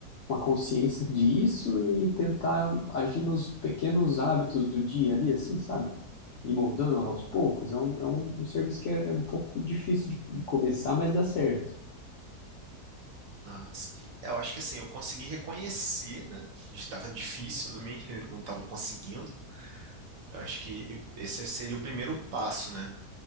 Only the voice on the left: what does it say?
uma consciência disso e tentar agir nos pequenos hábitos do dia ali, assim, sabe? E moldando aos poucos. É um, é um, um serviço que é, é um pouco difícil de, de começar, mas dá certo.